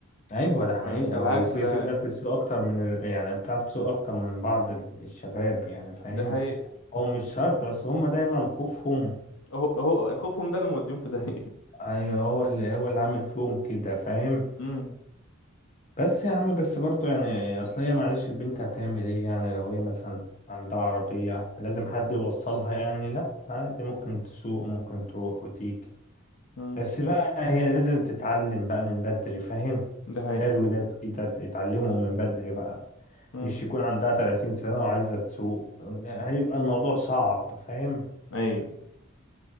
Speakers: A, on the left; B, on the left.
A: ايوه ده حقيقة
B: بالعكس
A: وفي
B: ده
A: في بقى بتسوق اكتر من ال... يعني بتعرف تسوق اكتر من بعض ال- الشباب يعني فاهم
B: دي حقيقة
A: هو مش شرط بس هما دايما خوفهم
B: هو هو خوفهم ده اللي موديهم في داهية <laughs>
A: ايوه هو اللي هو اللي عامل فيهم كده فاهم
B: امم
A: بس يا عم بس برضه يعني اصل هي معلش البنت هتعمل ايه يعني لو هي مثلا عندها عربية لازم حد يوصلها يعني لا عادي ممكن تسوق ممكن تروح وتيجي
B: امم
A: بس بقى هي لازم تتعلم بقى من بدري فاهم
B: ده حقيقة
A: زي الولاد كده يتعلموا من بدري بقى
B: امم
A: مش يكون عندها 30 سنة وعايزة تسوق هيبقى الموضوع صعب فاهم
B: ايوه